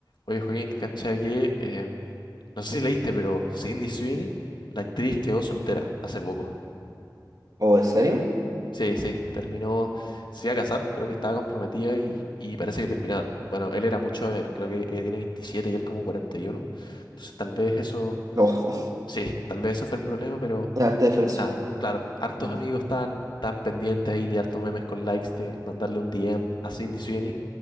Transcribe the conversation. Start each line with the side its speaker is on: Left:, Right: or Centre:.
Left: Oye, Joaquín, cacha que, em, no sé si leíste, pero Sydney Sweeney, la actriz quedó soltera hace poco.
Right: ¿O en serio?
Left: Sí, sí, sí, terminó, se iba a casar, creo que estaba comprometida y, y parece que terminaron. Bueno, él era mucho mayor, creo que ella tiene 27 y él como 41. Entonces tal vez eso,
Right: No, <laughs>
Left: sí, tal vez eso fue el problema, pero
Right: es harta diferencia.
Left: nada, claro, hartos
Right: Mm.
Left: amigos están tan pendientes ahí de hartos memes con likes de mandarle un DM a Sydney Sweeney.